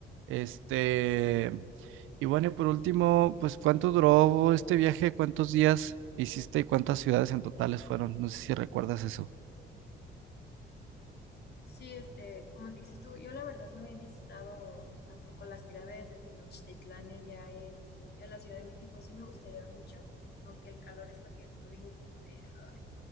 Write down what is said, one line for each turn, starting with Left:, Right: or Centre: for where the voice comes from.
Right: Este, y bueno, y por último, pues ¿cuánto duró este viaje? ¿Cuántos días hiciste y cuántas ciudades en totales fueron? No sé si recuerdas eso.
Left: Sí, este, como dices tú, yo la verdad no he visitado tampoco las pirámides de Tenochtitlán ya en, en la Ciudad de México. Sí me gustaría mucho, aunque el calor es lo que yo digo como de, "Ay",